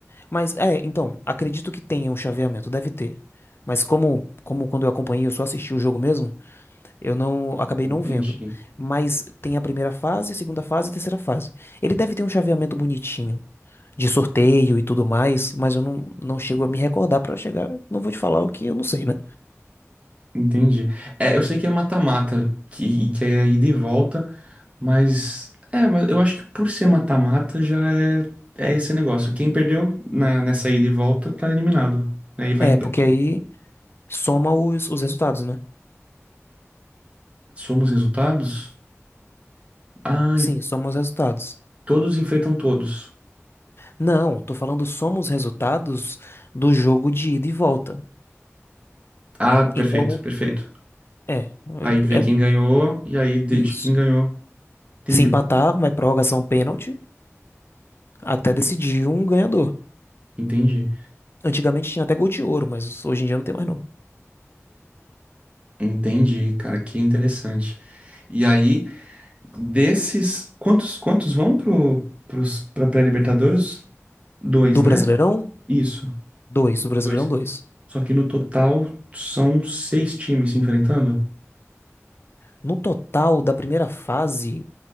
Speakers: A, on the left (about 50°); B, on the right (about 25°).
A: Mas é, então, acredito que tenha um chaveamento, deve ter. Mas como, como quando eu acompanhei, eu só assisti o jogo mesmo, eu não acabei
B: Entendi.
A: não vendo. Mas tem a primeira fase, a segunda fase e a terceira fase. Ele deve ter um chaveamento bonitinho, de sorteio e tudo mais, mas eu não, não chego a me recordar pra chegar, não vou te falar o que eu não sei, né?
B: Entendi. É, eu sei que é mata-mata, que, que é ida e volta, mas é, mas eu acho que por ser mata-mata já é, é esse negócio. Quem perdeu na, nessa ida e volta tá eliminado. né? e vai.
A: É,
B: em-
A: porque aí soma os, os resultados, né?
B: Somos resultados? Ah,
A: Sim, soma os resultados.
B: todos enfrentam todos.
A: Não, tô falando soma os resultados do jogo de ida e volta.
B: Ah,
A: Então,
B: perfeito, perfeito.
A: é, é
B: Aí vê
A: é
B: quem ganhou e aí de
A: isso.
B: de quem ganhou. Entendi,
A: Se empatar, vai prorrogação pênalti até decidir um ganhador.
B: entendi,
A: Antigamente tinha até gol de ouro, mas hoje em dia não tem mais não.
B: entendi, cara, que interessante. E aí, desses, quantos quantos vão pro, pros, pra pré-Libertadores? Dois,
A: Do
B: né?
A: Brasileirão,
B: Isso,
A: dois. Do Brasileirão,
B: dois.
A: dois.
B: Só que no total são seis times se enfrentando?
A: No total da primeira fase,